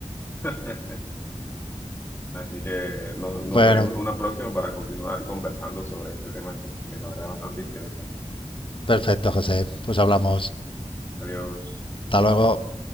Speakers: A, on the left; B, on the left.
A: <laughs> Así que nos, nos
B: Bueno,
A: veremos en una próxima para continuar conversando sobre este tema que, que la verdad es bastante interesante.
B: perfecto, José. Pues hablamos.
A: Adiós.
B: Hasta luego.